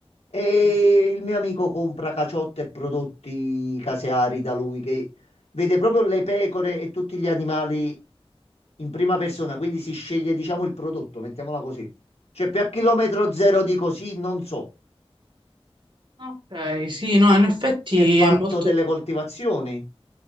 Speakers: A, on the left; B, on the right.
A: E
B: Mhm.
A: il mio amico compra caciotte e prodotti caseari da lui, che vede proprio le pecore e tutti gli animali in prima persona, quindi si sceglie, diciamo, il prodotto, mettiamola così. Cioè, più a chilometro zero di così, non so.
B: Ok, sì, no, in effetti
A: Si è fatto
B: è molto...
A: delle coltivazioni,